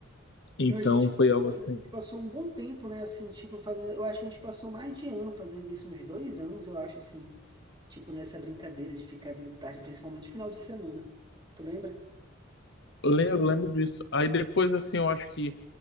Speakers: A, on the left (about 60°); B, on the right (about 25°).
A: Então
B: A gente
A: foi algo
B: a
A: assim.
B: gente passou um bom tempo, né? Assim, tipo, fazendo. Eu acho que a gente passou mais de ano fazendo isso, uns dois anos, eu acho, assim. Tipo, nessa brincadeira de ficar vindo tarde, principalmente final de semana. Tu lembra?
A: Lembro, lembro disso. Aí depois, assim, eu acho que